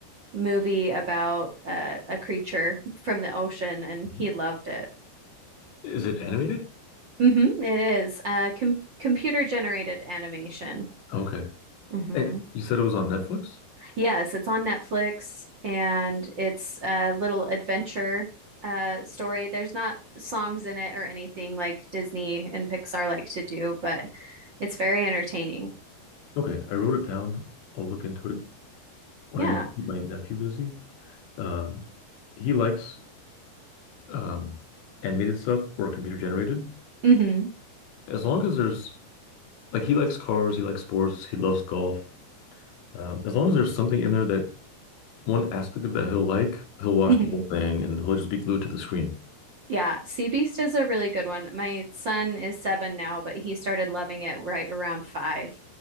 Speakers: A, on the right; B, on the left.
A: movie about uh, a creature from the ocean, and
B: Mhm.
A: he loved it.
B: Is it animated?
A: hmm it is uh, com computer generated animation.
B: Okay.
A: hmm
B: And you said it was on Netflix?
A: Yes, it's on Netflix and it's a little adventure uh story. There's not songs in it or anything like Disney and Pixar like to do, but it's very entertaining.
B: Okay, I wrote it down. I'll look into it. when
A: Yeah.
B: I keep my nephew busy. Um, he likes um, animated stuff or computer generated.
A: hmm
B: As long as there's like he likes cars, he likes sports, he loves golf. Um, as long as there's something in there that one aspect of that he'll like, he'll watch
A: hmm
B: the whole thing and he'll just be glued to the screen.
A: Yeah, Sea Beast is a really good one. My son is seven now, but he started loving it right around 5